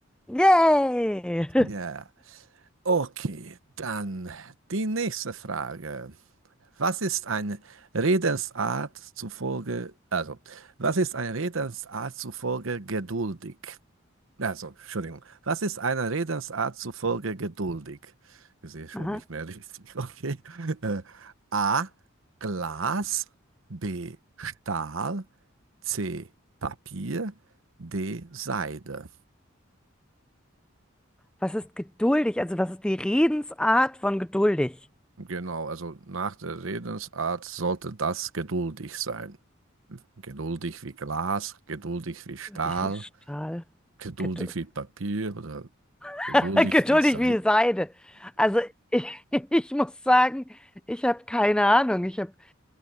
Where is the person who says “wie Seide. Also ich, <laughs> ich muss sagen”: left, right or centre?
Centre